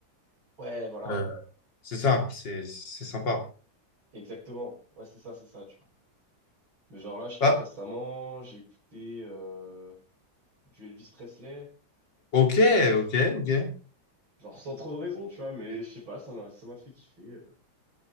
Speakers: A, on the right; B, on the left.
A: ouais, voilà.
B: Euh, c'est ça, c'est, c'est sympa.
A: Exactement. Ouais, c'est ça, c'est ça, tu vois. Mais genre là, je sais
B: Bah,
A: pas, récemment, j'ai écouté euh, du Elvis Presley,
B: ok,
A: tu vois, genre,
B: ok, ok.
A: genre sans trop de raison, tu vois, mais je sais pas, ça m'a, ça m'a fait kiffer. euh,